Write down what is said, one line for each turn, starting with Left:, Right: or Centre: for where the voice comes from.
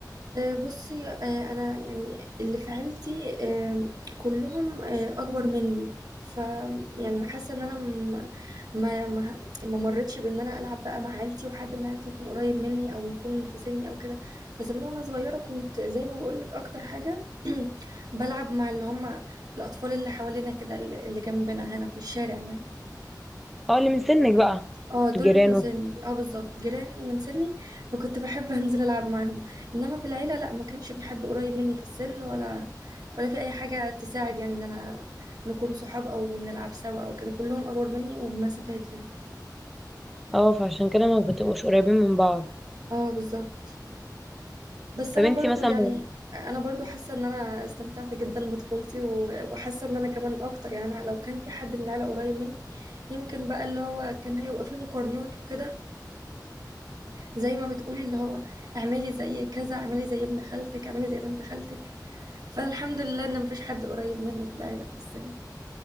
Right: آه، بصي آه، انا يعني اللي في عيلتي آه، كلهم آه، اكبر مني ف يعني حاسه ان انا م- ما ما ما مرتش بان انا العب بقى مع عيلتي وحد من عيلتي يكون قريب مني او يكون في سني او كده فزمان وانا صغيره كنت زي ما بقول لك اكتر حاجه <clears throat> بلعب مع اللي هم الاطفال اللي حوالينا كده اللي اللي جنبنا هنا في الشارع يعني
Centre: اه اللي من سنك بقى
Right: اه دول
Centre: جيرانه
Right: من سني اه بالظبط جيراني ومن سني فكنت بحب انزل العب معاهم انما في العيله لا ما كانش في حد قريب مني في السن ولا ولا في اي حاجه تساعد يعني ان انا نكون صحاب او نلعب سوا او كده كلهم اكبر مني وبمسافات يعني
Centre: اه فعشان كده ما بتبقوش قريبين من بعض
Right: اه بالظبط بس
Centre: طب
Right: انا
Centre: انت
Right: برضو
Centre: مثلا
Right: يعني انا برضو حاسه ان انا استمتعت جدا بطفولتي و- وحاسه ان انا كمان اكتر يعني لو كان في حد من العيله قريب مني يمكن بقى اللي هو كان هيبقى فيه مقارنات وكده <clears throat> زي ما بتقولي اللي هو اعملي زي كذا اعملي زي ابن خالتك اعملي زي بنت خالتك فالحمد لله ان مفيش حد قريب مني في العيلة في السن